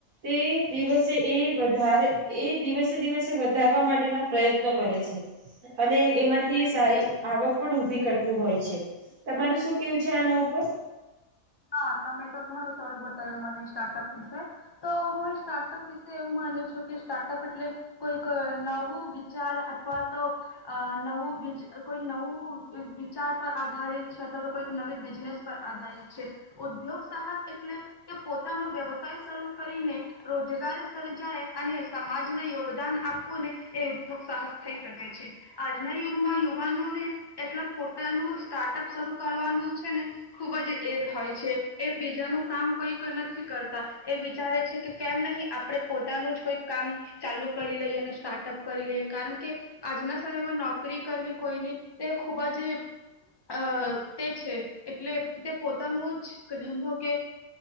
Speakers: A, on the right; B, on the left.
A: તે દિવસે એ વધારે એ દિવસે દિવસે વધારવા માટેના પ્રયત્નો કરે છે અને એમાંથી સારી આવક પણ ઉભી કરતું હોય છે. તમારું શું કેવું છે આના ઉપર
B: હા તમે તો ઘણો સારો બતાવ્યો મને સ્ટાર્ટઅપ વિશે તો હું સ્ટાર્ટઅપ વિશે એવું માનું છું કે સ્ટાર્ટઅપ એટલે કોઈક નવું વિચાર અથવા તો નવું કોઈ નવું વિચાર પર આધારિત છે. છતાં તો કોઈક નવી બિઝનેસ અધાય ઉદ્યોગ સાહસ એટલે કે પોતાનો વ્યવસાય શરૂ કરીને રોજગાર સર્જાય અને સમાજને યોગદાન આપવુંને એ ઉદગ સાહસ થઈ શકે છે આજના યુગમાં યુવાનોને એટલે પોતાનું સ્ટાર્ટઅપ શરૂ કરવાનું છે ને ખુબ જ એ હોય છે એ બીજાનું કામ કઈક નથી કરતા એ વિચારે છે કે કેમ નહીિ આપણે પોતાનું જ કોઈ કામ ચાલુ કરી લઈએ અને સ્ટાર્ટઅપ કરી લઈએ કારણ કે આજના સમયમાં નોકરી કરવી કોઈની તે ખૂબ જ અ તે છે એટલે તે પોતાનું જ ધંધો કે